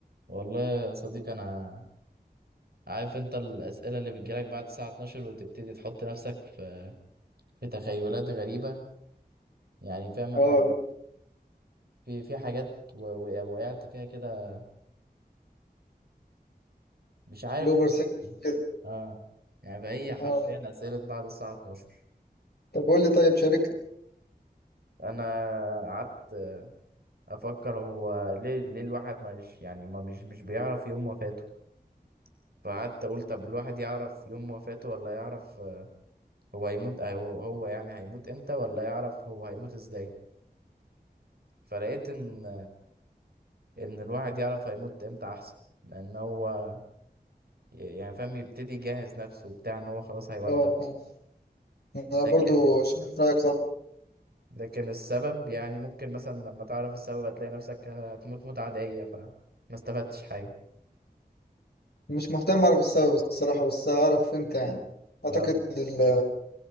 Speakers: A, on the right; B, on the left.
A: والله يا صديقي انا عارف انت الاسئله اللي بتجيلك بعد الساعه 12 وتبتدي تحط نفسك في في تخيلات غريبه يعني فاهم
B: اه
A: انا في في حاجات و- و- وقعت فيها كده مش عارف
B: الاوفر سينك كده
A: اه يعني هي حرفيا
B: اه
A: اسئله بعد الساعه 12
B: طب قول لي طيب شارك
A: انا قعدت افكر هو ليه ليه الواحد مش يعني ما مش مش بيعرف يوم وفاته فقعدت اقول طب الواحد يعرف يوم وفاته ولا يعرف آه، هو هيموت آه، هو هو يعني هيموت امتى ولا يعرف هو هيموت ازاي فلقيت ان ان الواحد يعرف هيموت امتى احسن لان هو ي- يعني فاهم يبتدي يجهز نفسه وبتاع ان هو خلاص هيودع
B: اه فاهم. انا
A: لكن
B: برضو شارك رايك صح
A: لكن السبب يعني ممكن مثلا لما تعرف السبب هتلاقي نفسك هتموت موت عادية فما استفدتش حاجة
B: مش مهتم اعرف السبب الصراحه بس اعرف انت يعني اعتقد
A: اه
B: ال-